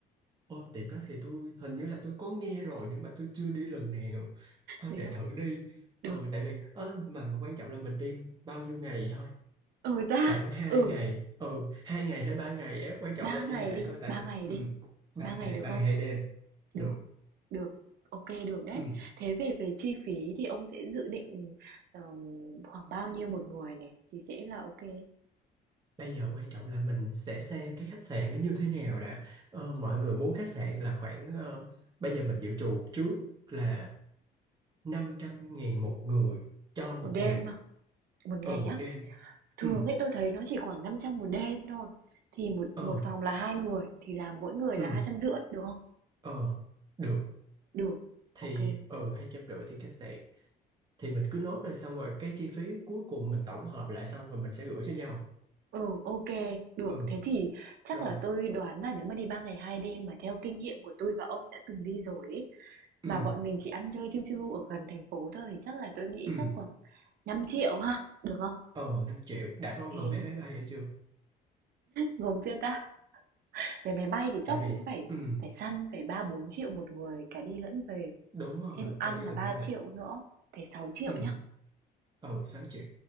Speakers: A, on the right; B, on the right.
A: ô tiệm đó thì tôi hình như là tôi có nghe rồi nhưng mà tôi chưa đi lần nào ha
B: Thế
A: để
B: à?
A: thử đi ừ
B: Được.
A: tại vì ơ mà mà quan trọng là mình đi bao nhiêu ngày thôi
B: Ừ ta,
A: khoảng hai
B: ừ,
A: ngày ừ 2 ngày hay 3 ngày á quan trọng
B: 3
A: là như
B: ngày
A: vậy
B: đi,
A: thôi tại
B: 3
A: vì
B: ngày
A: ừ,
B: đi.
A: 3
B: ba
A: ngày
B: ngày được
A: ba
B: không?
A: ngày hai đêm được
B: Được, được. ok được đấy.
A: ừ.
B: Thế về về chi phí thì ông sẽ dự định, ờ, khoảng bao nhiêu một người này thì sẽ là ok, ừ
A: bây giờ quan trọng là mình sẽ xem cái khách sạn nó như thế nào đã ờ, mọi người muốn khách sạn là khoảng ờ, bây giờ mình dự trù trước là năm trăm ngàn một người cho một
B: Một đêm
A: ngày
B: mà Một ngày
A: ừ một
B: á?
A: đêm
B: Thường
A: ừ
B: ấy tôi thấy nó chỉ khoảng 500 một đêm thôi. Thì một
A: ờ
B: một phòng là hai người thì là mỗi người là
A: ừ
B: hai trăm rưỡi được không?
A: ờ được
B: Được.
A: thì
B: Ok.
A: ừ hai trăm rưỡi tiền khách sạn thì mình cứ nốt rồi xong rồi cái chi phí cuối cùng mình tổng hợp lại xong rồi mình sẽ gửi cho nhau
B: Ừ ok, được.
A: ừ
B: Thế thì chắc
A: Rồi.
B: là tôi
A: <clears throat>
B: đoán là nếu mà đi 3 ngày 2 đêm mà theo kinh nghiệm của tôi và ông đã từng đi rồi ấy,
A: Ừ.
B: mà bọn mình chỉ ăn chơi chiêu chiêu ở gần thành phố thôi thì chắc là tôi nghĩ
A: Ừ.
B: chắc khoảng 5 triệu ha, được không?
A: Ờ năm triệu đã bao gồm
B: Thế
A: vé máy bay hay chưa?
B: gồm chưa ta? Vé máy bay thì chắc
A: Tại vì
B: cũng phải
A: ừ
B: phải săn phải ba bốn triệu một người cả đi lẫn về.
A: đúng rồi,
B: Thêm ăn
A: cả đi
B: là
A: lẫn
B: 3
A: về.
B: triệu nữa, thế 6 triệu
A: Ừ.
B: nhá.
A: Ờ 6 triệu.